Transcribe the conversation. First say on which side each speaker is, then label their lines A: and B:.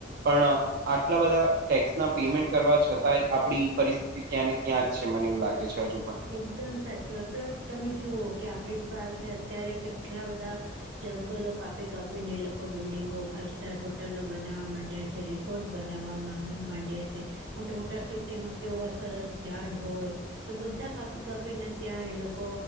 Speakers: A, on the right (about 50°); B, on the right (about 75°).
A: પણ. આટલા બધા ટેક્સ ના પેમેન્ટ કરવા છતાંય આપડી પરિસ્ ત્યાં ને ક્યાં જ છે મને એવું લાગે છે હજુ પણ.
B: એકદમ સાચી વાત પ્લસ તમે જુઓ કે આપણી પાસે અત્યારે કેટલા બધા. જંગલો કાપી કાપીને એ લોકો બિલ્ડિંગો ફાાઈવ સ્ટાર હોટલો બનાવા માંડ્યા. જે રિસોર્ટ બનાવવા માંગ માંડ્યા છે. મોટા મોટા સિટીમાં કેવવા સરસ ઝાડ હોય તો બધા. કાપી કાપીને ત્યાં એ લોકો